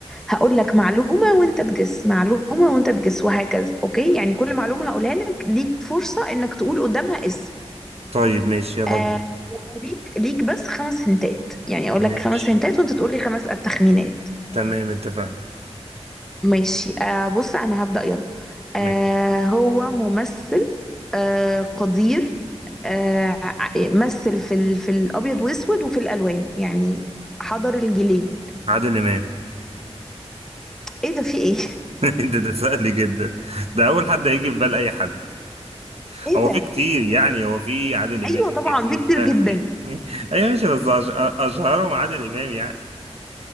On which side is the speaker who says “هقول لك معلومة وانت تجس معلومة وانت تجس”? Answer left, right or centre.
Centre